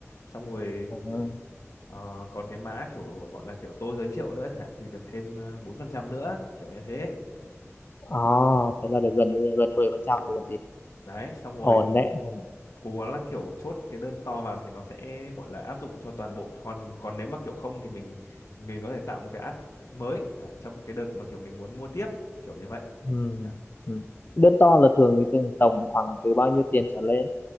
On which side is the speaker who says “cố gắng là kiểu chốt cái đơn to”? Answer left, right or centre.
Left